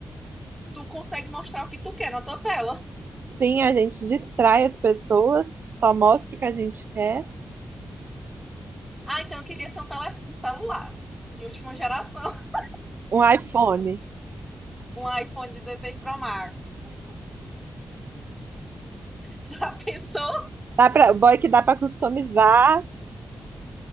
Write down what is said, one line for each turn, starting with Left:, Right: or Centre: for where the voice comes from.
Centre: tu consegue mostrar o que tu quer na tua tela.
Right: Sim, a gente distrai as pessoas, só mostra o que a gente quer.
Centre: Ah, então eu queria ser um, tele, um celular de última geração. <laughs>
Right: Um iPhone.
Centre: Um iPhone 16 Pro Max. <laughs> Já pensou?
Right: Dá pra, boy que dá para customizar.